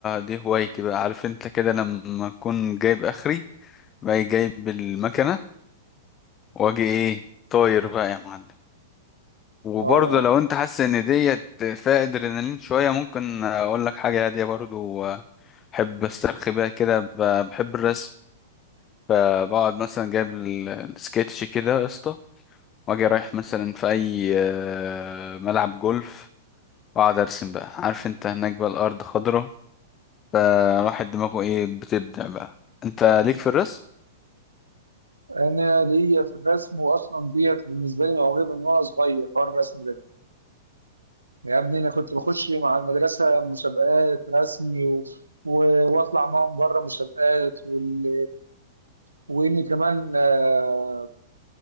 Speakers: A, on the left; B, on the right.
A: دي هوايتي بقى عارف انت كده لما اكون جايب اخري باجي جايب المكنه واجي ايه طاير بقى يا معلم وبرضه
B: اه
A: لو انت حاسس ان ديت فيها ادرينالين شويه ممكن اقول لك حاجه هاديه برضه بحب استرخي بيها كده ب- بحب الرسم فبقعد مثلا جايب ال- السكتش كده يا اسطى واجي رايح مثلا في اي آه، ملعب جولف واقعد ارسم بقى عارف انت هناك بقى الارض خضره فالواحد دماغه ايه بتبدع بقى انت ليك في الرسم
B: انا ليا في الرسم واصلا ديت بالنسبه لي موهبه من وانا صغير حوار الرسم ده يا ابني انا كنت بخش مع المدرسه مسابقات رسمي و... و... واطلع معاهم بره مسابقات وال... واني كمان آه،